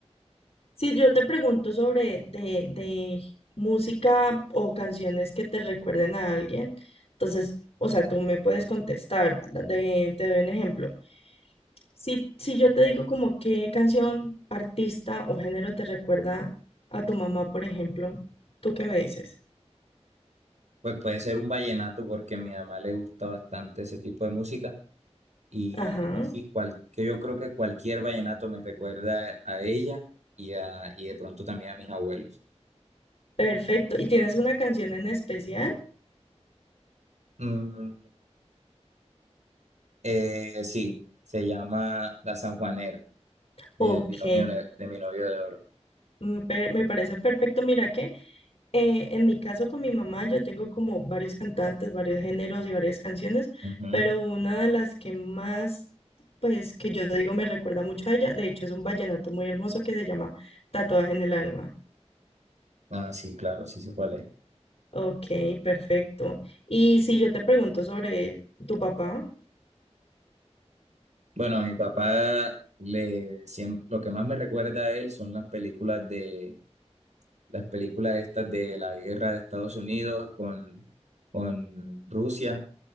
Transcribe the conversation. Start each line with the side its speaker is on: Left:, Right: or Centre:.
Left: si yo te pregunto sobre de, de música o canciones que te recuerden a alguien, entonces, o sea, tú me puedes contestar. de- te doy un ejemplo. Si, si yo te digo como qué canción, artista o género te recuerda a tu mamá, por ejemplo, ¿tú qué me dices?
Right: Pues puede ser un vallenato porque a mi mamá le gusta bastante ese tipo de música Y,
Left: ajá
Right: y sí, cual- que yo creo que cualquier vallenato me recuerda a ella y, a, y de pronto también a mis abuelos.
Left: Perfecto. ¿Y tienes una canción en especial?
Right: Mm, eh, sí, se llama La Sanjuanera, de
Left: Ok,
Right: binomio novio, de mi novio de oro.
Left: mm, per- me parece perfecto. Mira que eh, en mi caso con mi mamá yo tengo como varios cantantes, varios géneros y varias canciones,
Right: Ujú.
Left: pero una de las que más, pues que yo digo me recuerda mucho a ella, de hecho es un vallenato muy hermoso que se llama Tatuaje en el alma.
Right: Ah, sí, claro, sí sé cuál es.
Left: Ok, perfecto. Y si yo te pregunto sobre tu papá,
Right: Bueno, a mi papá le, siem- lo que más me recuerda a él son las películas de, las películas estas de la guerra de Estados Unidos con, con Rusia.